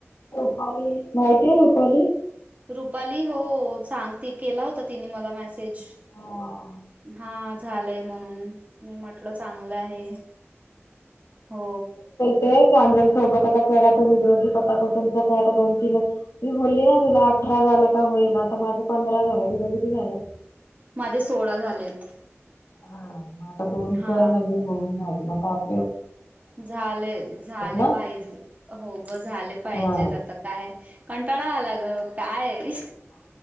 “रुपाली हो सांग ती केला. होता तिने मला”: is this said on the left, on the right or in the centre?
Right